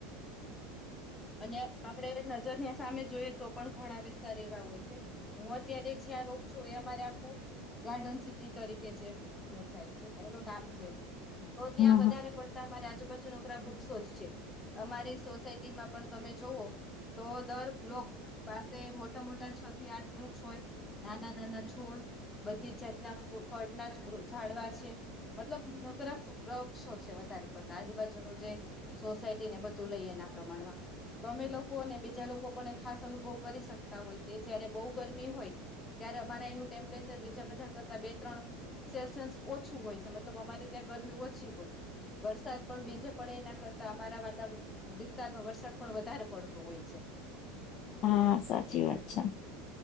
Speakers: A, on the left; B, on the left.
A: અને આપડે નજર ની સામે જોઈએ તો પણ ઘણા વિસ્તાર એવા હોય છે હું અત્યારે જ્યાં રોક છું એમાંર આખું ગાર્ડન સિટી તરીકે જે ઉપયોગ થાય છે એનું નામ જેવું તો ત્યાં
B: હમ
A: વધારે
B: હમ
A: પડતા અમારી આજુબાજુ નોકરા વૃક્ષો જ છે અમારી સોસાયટીમાં પણ તમે જોવો તો દર બ્લોક પાસે મોટા મોટા છ થી આઠ વૃક્ષ હોય નાના નાના છોડ બધી જ જાતના ફ-ફળના ઝડવા છે. મતલબ નકરા ફ વૃક્ષો છે વધારે પડતા આજુબાજુનો જે સોસાયટી ને બધું લઈએના પ્રમાણમાં તો અમે લોકો અને બીજા લોકો પણ એ ખાસ અનુભવ કરી શકતા હોય કે જયારે બહુ ગરમી હોય ત્યારે અમારા એનું ટેમ્પરેચર બીજા બધા કરતા બે ત્રણ સેલ્સિયન્સ ઓછું હોય છે મતલબ અમારે ત્યાં ગરમી ઓછી હોય. વરસાદ પણ બીજે પડે એના કરતા અમારા વાતા વિસ્તારમાં વરસાદ પણ વધારે પડતો હોય છે.
B: હા, સાચી વાત છે.